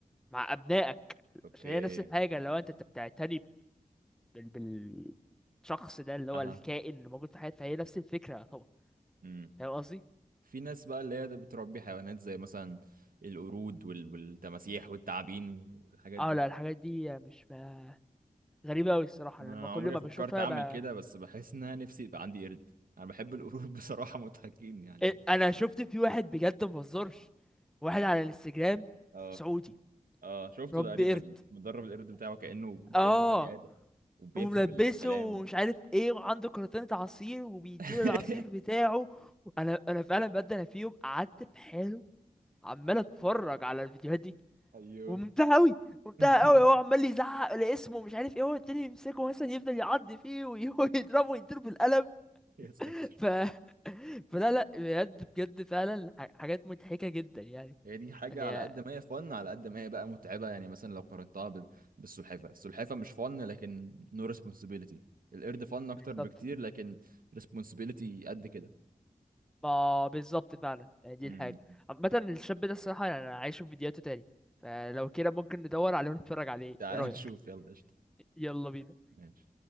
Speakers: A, in the centre; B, on the right.
A: مع ابنائك
B: اوكي
A: عشان هي نفس الحاجة اللي هو انت انت بتعتني بال... بالشخص ده اللي هو
B: اها
A: الكائن اللي موجود في حياتي فهي نفس الفكرة طبعا
B: امم
A: فاهم قصدي؟
B: في ناس بقى اللي هي بتربي حيوانات زي مثلا القرود وال... والتماسيح والتعابين والحاجات
A: اه
B: دي
A: لا الحاجات دي مش ما... غريبة أوي الصراحة
B: ما
A: لما
B: انا
A: كل
B: عمري
A: ما
B: فكرت
A: بشوفها
B: اعمل
A: ب...
B: كده بس بحس ان انا نفسي يبقى عندي قرد انا بحب القرود <laughs> بصراحة مضحكين يعني
A: إيه، أنا شفت في واحد بجد مبهزرش واحد على الانستجرام
B: اه
A: سعودي
B: اه شفته
A: ربي
B: تقريبا
A: قرد
B: مدرب القرد بتاعه كأنه
A: اه
B: كأنه بني آدم وبيفهم
A: وملبسه
B: الكلام
A: ومش
B: وكل
A: عارف
B: حاجة
A: ايه وعنده كرتونة عصير وبيديله
B: <laughs>
A: العصير بتاعه انا انا فعلا بجد انا في يوم قعدت في حاله عمال اتفرج على الفيديوهات دي
B: ايوه
A: وممتعة قوي ممتعة
B: <laughs>
A: قوي هو عمال يزعق لاسمه مش عارف ايه هو التاني يمسكه مثلا يفضل يعض فيه ويضربه <laughs> ويضربه بالقلم
B: يا ساتر
A: ف <laughs> فلا لا بجد بجد فعلا ح- حاجات مضحكة جدا يعني
B: هي دي حاجة
A: يعني
B: على قد ما هي فن على قد ما هي بقى متعبة يعني مثلا لو قارنتها ب- بالسلحفة السلحفة مش فن لكن نو responsibility القرد فن اكتر
A: بالظبط
B: بكتير لكن responsibility قد كده
A: ما بالظبط فعلا يعني دي
B: مم.
A: الحاجة عامة الشاب ده الصراحة يعني أنا عايشه في فيديوهاته تاني فلو كده ممكن ندور عليه ونتفرج عليه
B: تعال
A: ايه رأيك
B: <laughs> نشوف يلا قشطة
A: يلا بينا
B: ماشي